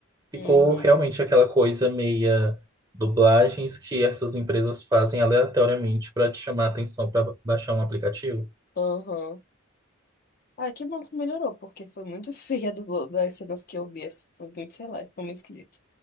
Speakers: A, on the right; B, on the left.
A: Ficou
B: Uhum.
A: realmente aquela coisa meia dublagens que essas empresas fazem aleatoriamente para te chamar a atenção para baixar um aplicativo.
B: Aham. Ai, que bom que melhorou, porque foi muito feia do, das cenas que eu vi. assim, Foi muito, sei lá, foi muito esquisito.